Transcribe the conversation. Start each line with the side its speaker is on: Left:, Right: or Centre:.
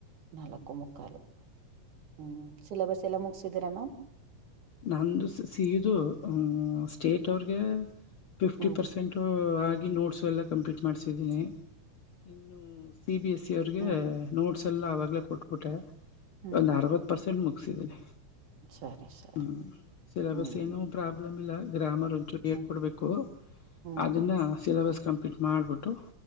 Right: ನಾಲ್ಕು ಮುಕ್ಕಾಲು ಹ ಸಿಲಬಸ್ ಎಲ್ಲ ಮುಗಸಿದ್ದೀರಾ ಅಲ್ಲ
Left: ನಂದು ಸಿದು ಸ್ಟೇಟ್ ಅವ್ರಗೆ ಫಿಫ್ಟಿ
Right: ಹ್ಮ್
Left: ಪರ್ಸೆಂಟ್ ಂಟ ಆಗಿ ನೋಟ್ಸು ಎಲ್ಲ ಕಂಪ್ಲೀಟ್ ಮಾಡಸಿದ್ದೀನಿ ಇನ್ನು ಸಿ ಬಿ ಎಸ್ ಸಿ ಅವ್ರಿಗೆ
Right: ಹ್ಮ್
Left: ನೋಟ್ಸ್ ಎಲ್ಲ ಆವಾಗಲೇ ಕೊಟ್ಬಿಟ್ಟೆ
Right: ಹ್ಮ್
Left: ಒಂದು ಅರವತ್ತು ಪರ್ಸೆಂಟ್ ಮುಗಿಸಿದ್ದನಿ
Right: ಸರಿ ಸರಿ
Left: ಹ್ ಸೆಬಸ್ಸಏನವು
Right: ಹ್ಮ್
Left: ಪ್ರಾಪ್ತ <unintelligible> ಅ <inaudible> ಗ್ರಾಮರಂಚುರು ಹೇಳಿಕೊಡಬೇಕು
Right: ಹ್ಮ್ ಹ್ಮ್
Left: ಅದನ್ನ ಸಿಲಬಸ್ ಕಂಪ್ಲೀಟ್ ರಿಪೀಟ್ ಮಾಡ್ಬಿಟ್ಟು